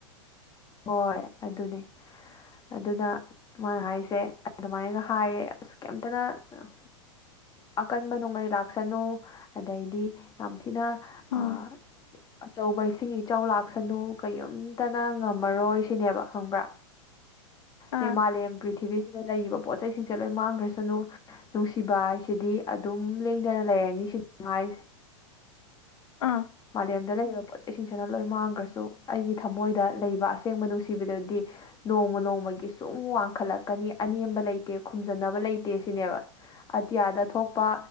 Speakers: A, on the left; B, on the left.
A: ꯍꯣꯏ ꯑꯗꯨꯅꯦ ꯑꯗꯨꯗ ꯃꯥꯅ ꯍꯥꯏꯁꯦ ꯑꯗꯨꯃꯥꯏꯅꯒ ꯍꯥꯏꯌꯦ ꯑꯁ <unintelligible> ꯑꯀꯟꯕ ꯅꯣꯡꯂꯩ ꯂꯥꯛꯁꯅꯨ ꯑꯗꯩꯗꯤ ꯌꯥꯝ ꯊꯤꯅ
B: ꯎꯝ
A: ꯑꯥ ꯑꯆꯧꯕ ꯏꯁꯤꯡ ꯏꯆꯥꯎ ꯂꯥꯛꯁꯅꯨ ꯀꯩꯏꯝꯇꯅ ꯃꯔꯣꯏ ꯁꯤꯅꯦꯕ ꯈꯪꯕ꯭ꯔꯥ
B: ꯑꯥ
A: ꯅꯦ ꯃꯥꯂꯦꯝ ꯄ꯭ꯔꯤꯊꯤꯕꯤ ꯗ ꯂꯩꯔꯤꯕ ꯄꯣꯠ ꯆꯩꯁꯤꯡꯁꯦ ꯂꯣꯏ ꯃꯥꯡꯈ꯭ꯔꯁꯅꯨ ꯅꯨꯡꯁꯤꯕ ꯍꯥꯏꯁꯤꯗꯤ ꯑꯗꯨꯝ ꯂꯦꯡꯗꯅ ꯂꯩꯔꯅꯤ ꯁꯤ <unintelligible>
B: ꯑꯥ
A: ꯃꯥꯂꯦꯝꯗ ꯂꯩꯔꯤꯕ ꯄꯣꯠ ꯆꯩꯁꯤꯡꯁꯤꯅ ꯂꯣꯏ ꯃꯥꯡꯒ꯭ꯔꯁꯨ ꯑꯩꯒꯤ ꯊꯃꯣꯏꯗ ꯂꯩꯕ ꯑꯁ ꯁꯦꯡꯕ ꯅꯨꯡꯁꯤꯕꯗꯨꯗꯤ ꯅꯣꯡꯃ ꯅꯣꯡꯃꯒꯤ ꯁꯨꯝ ꯋꯥꯡꯈꯠꯂꯛꯀꯅꯤ ꯑꯅꯦꯝꯕ ꯂꯩꯇꯦ ꯈꯨꯝꯖꯟꯅꯕ ꯂꯩꯇꯦ ꯁꯤꯅꯦꯕ ꯑꯇꯤꯌꯥꯗ ꯊꯣꯛꯄ